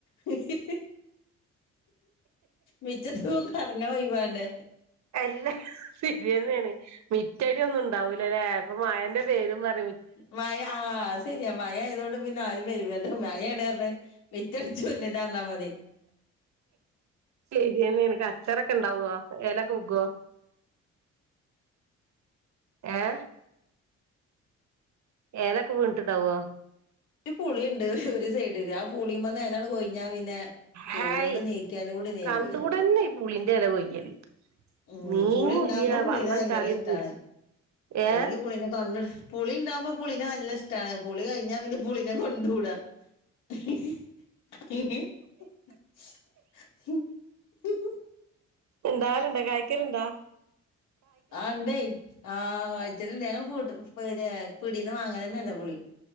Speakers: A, on the left; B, on the right.
A: ഹ്ഹ്ഹ് മിറ്റത്തൊന്ന് എറങ്ങാൻ ഒഴിവാണ്ടേ
B: അല്ല സെരിന്നെണ് മിറ്റടി ഒന്നും ഉണ്ടാവൂലല്ലേ ഇപ്പൊ മാഴന്റെ പേരും പറ്ഞ്
A: മഴ ആ അത് സരിയാ മഴ ആയതൊണ്ട് പിന്നെ ആരും വരില്ലലോ മഴയാണെന്ന് പറഞ്ഞ് മിറ്റടിച്ചൊരിയേതാന്ന് പറ്ഞ്ഞാമതി
B: സെരിന്നെണ് കച്ചറൊക്കെ ണ്ടാവോ എലക്കെ വിക്കോ ഏ എലോക്കെ വീണിട്ടുണ്ടാവോ
A: ഒരു പുളിയുണ്ട് ഒരു സൈഡില് ആ പുളിമെന്ന് എലങ്ങാട്ട് കോയ്ഞ്ഞിട്ട് ഞാൻ പിന്നെ ചൂല്
B: ഹായ്
A: കൊണ്ട് നീക്ക്യാലും കൂടി നീങ്ങൂല
B: കണ്ടൂടന്നെ ഈ പുളിന്റെ എല കൊയ്യല്
A: ഉം
B: നീങ്ങൂല്ല
A: പുളി ഉണ്ടാവുമ്പോ പുളിനെ
B: വള്ളം
A: ഭയങ്കര
B: ചളിയും
A: ഇഷ്ടാണ്
B: പുളി ഏ
A: അല്ലെങ്കി പുളീനെ കണ്ണ്ട്ത്താ പുളിയുണ്ടാവുമ്പോൾ പുളിനെ നല്ല ഇഷ്ടമാണ് പുളി കഴിഞ്ഞാ പിന്നെ പുളിനെ പുളിനെ കണ്ടൂടാ ഇഹ്ഹ് ഹ് ഹ് ശ് ഹ്ഹ്
B: ണ്ടാവലുണ്ടോ കായ്കല്ണ്ടോ
A: ആ ഉണ്ടെയ് ആ കായ്ച്ചല്ണ്ട് ഞങ്ങൾ ഉപ്പ്ട്ട് പിന്നെ പീടീന്ന് വാങ്ങലെന്നെല്ല പുളി